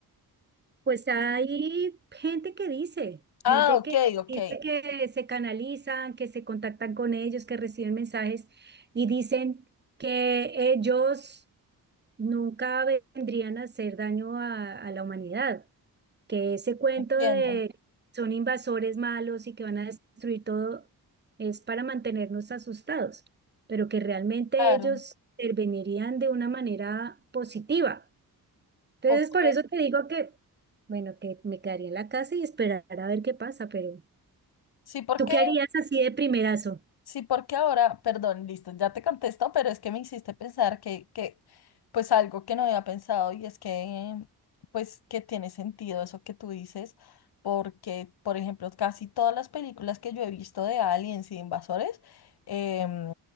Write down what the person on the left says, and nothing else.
Ah, ok,
ok.
Entiendo.
Claro.
Ok.
Sí, porque
Sí, porque ahora, perdón, listo, ya te contesto, pero es que me hiciste pensar que, que, pues algo que no había pensado y es que, pues que tiene sentido eso que tú dices, porque, por ejemplo, casi todas las películas que yo he visto de aliens y de invasores, em,